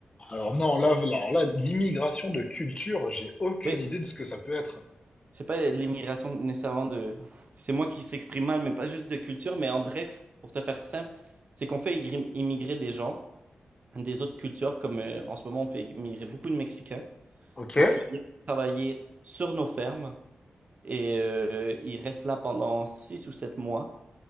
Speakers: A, on the left; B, on the right.
A: Alors non, là, alors là, l'immigration de culture, j'ai aucune
B: Mais
A: idée de ce que ça peut être.
B: c'est pas de l'immigration nécessairement de... C'est moi qui s'exprime mal, mais pas juste de culture. Mais en bref, pour te faire simple, c'est qu'on fait immigrer des gens des autres cultures, comme euh, en ce moment on fait immigrer beaucoup de Mexicains.
A: Ok.
B: pour qu'ils viennent travailler sur nos fermes et euh, ils restent là pendant 6 ou 7 mois